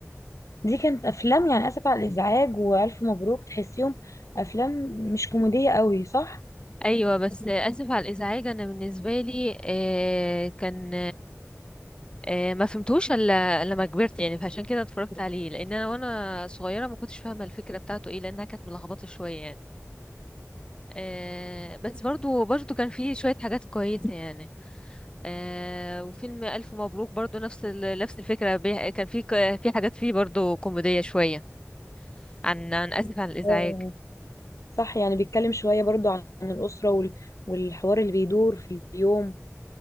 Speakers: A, on the left; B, on the left.
A: دي كانت افلام يعني اسف على الازعاج والف مبروك تحسيهم افلام مش كوميديه قوي صح
B: ايوه بس اسف على الازعاج انا بالنسبه لي آه، كان آه، ما فهمتوش الا لما كبرت يعني فعشان كده اتفرجت عليه لان انا وانا صغيره ما كنتش فاهمه الفكره بتاعته ايه لانها كانت ملخبطه شويه يعني آه، بس برضو برضو كان فيه شويه حاجات كويسه يعني آه، وفيلم الف مبروك برضو نفس ال- نفس الفكره بي- كان فيه ك- في حاجات فيه برضو كوميديه شويه عن عن اسف على الازعاج
A: اه صح يعني بيتكلم شويه برضو عن الاسره وال... والحوار اللي بيدور في اليوم